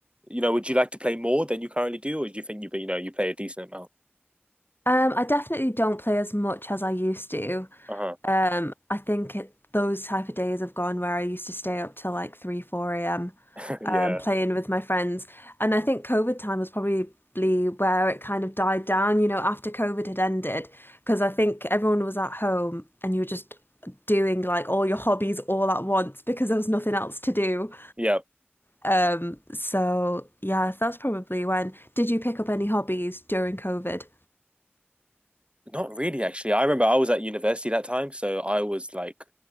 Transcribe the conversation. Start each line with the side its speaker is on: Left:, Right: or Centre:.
Right: you know, would you like to play more than you currently do, or do you think you you know you play a decent amount?
Left: Um, I definitely don't play as much as I used to.
Right: Uh-huh.
Left: Um, I think it, those type of days have gone where I used to stay up till like 3, 4 a.m.
Right: <laughs> Yeah.
Left: um, playing with my friends. And I think COVID time was probably where it kind of died down, you know, after COVID had ended, because I think everyone was at home and you were just doing like all your hobbies all at once because there was nothing else to do.
Right: Yeah.
Left: Um, so yeah, that's probably when. Did you pick up any hobbies during COVID?
Right: Not really, actually. I remember I was at university that time, so I was like